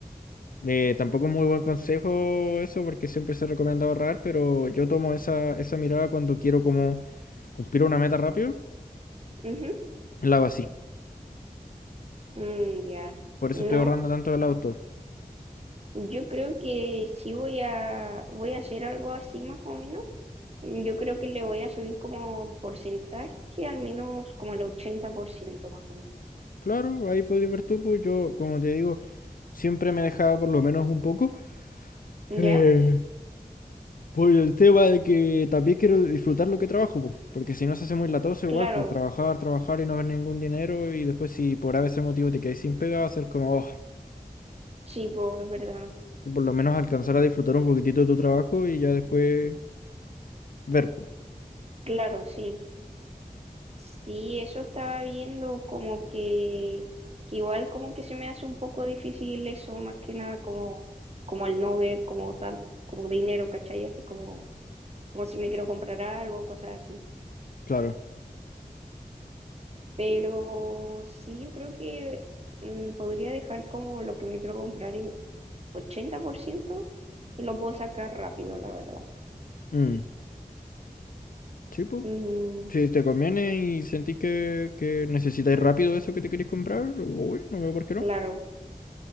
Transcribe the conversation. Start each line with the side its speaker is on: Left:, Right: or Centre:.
Left: eh, tampoco es muy buen consejo eso, porque siempre se recomienda ahorrar, pero yo tomo esa, esa mirada cuando quiero como cumplir una meta rápido,
Right: Ujú.
Left: la hago así.
Right: Mm, ya.
Left: Por eso
Right: No,
Left: estoy ahorrando tanto del auto.
Right: yo creo que sí voy a, voy a hacer algo así más o menos Yo creo que le voy a subir como porcentaje, al menos como el 80% más o menos.
Left: Claro, ahí podéis ver tú, pues yo, como te digo, siempre me dejaba por lo menos un poco.
Right: ¿Ya?
Left: Eh, Por el tema de que también quiero disfrutar lo que trabajo, po, porque si no se hace muy latoso
Right: Claro,
Left: igual, pues trabajar, trabajar y no ver ningún dinero y después si por a veces motivo te quedas sin pega, va a ser como, oh,
Right: sí, po, es verdad.
Left: y por lo menos alcanzar a disfrutar un poquitito de tu trabajo y ya después ver, pues,
Right: Claro, sí. Sí, eso estaba viendo como que, que igual como que se me hace un poco difícil eso, más que nada como, como el no ver como tal, como dinero, ¿cachai? Así como, como si me quiero comprar algo, cosas así.
Left: claro.
Right: Pero sí, yo creo que mm, podría dejar como lo que me quiero comprar en 80% y lo puedo sacar rápido, la verdad.
Left: Mm, sí, pues,
Right: Mm,
Left: si te conviene y sentís que, que necesitáis rápido eso que te queréis comprar, uy, no veo por qué no.
Right: claro,